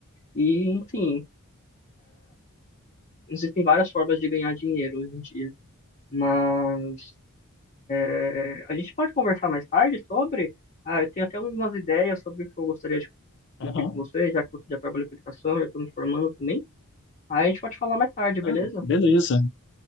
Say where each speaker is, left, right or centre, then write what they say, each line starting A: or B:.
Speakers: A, on the left; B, on the left.
A: E, enfim, existem várias formas de ganhar dinheiro hoje em dia. Mas é, a gente pode conversar mais tarde sobre. Ah, eu tenho até algumas ideias sobre o que eu gostaria de discutir
B: Aham.
A: com você, já que você já trabalha com educação, já estou me formando também. Aí a gente pode falar mais tarde, beleza?
B: Ah, beleza.